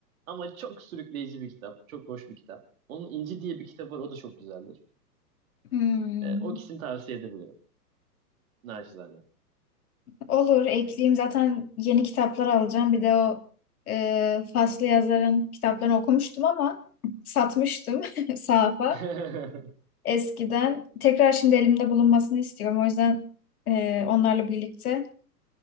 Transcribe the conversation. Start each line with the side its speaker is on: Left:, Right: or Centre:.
Right: ama çok sürükleyici bir kitap. Çok hoş bir kitap. Onun İnci diye bir kitabı var. O da çok güzeldir.
Left: Hmm.
Right: Ee, o ikisini tavsiye edebilirim. Nacizane.
Left: Olur, ekleyeyim. Zaten yeni kitaplar alacağım. Bir de o e, Faslı yazarın kitaplarını okumuştum ama satmıştım <laughs> sahafa
Right: <laughs>
Left: eskiden. Tekrar şimdi elimde bulunmasını istiyorum. O yüzden e, onlarla birlikte